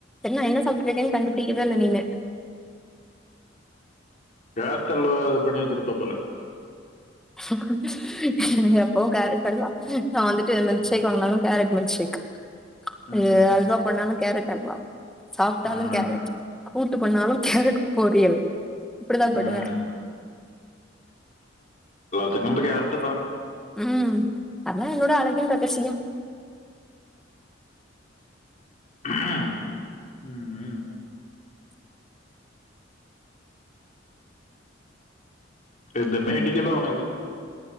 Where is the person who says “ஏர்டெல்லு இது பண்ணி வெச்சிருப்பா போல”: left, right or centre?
Left